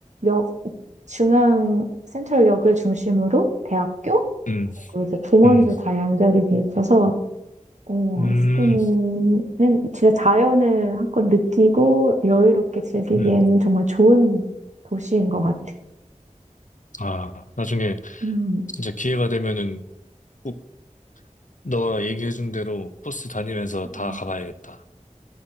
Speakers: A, on the right (about 65°); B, on the left (about 75°).
A: 역, 중앙 센트럴역을 중심으로 대학교
B: 음,
A: 그리고 이제 공원도
B: 음,
A: 다 연결이 돼 있어서 어,
B: 음.
A: 시드니는 진짜 자연을 한껏 느끼고 여유롭게 즐기기에는
B: 음.
A: 정말 좋은 도시인 것 같아.
B: 아, 나중에
A: 음.
B: 진짜 기회가 되면은 꼭 너가 얘기해준 대로 버스 다니면서 다
A: 음.
B: 가봐야겠다.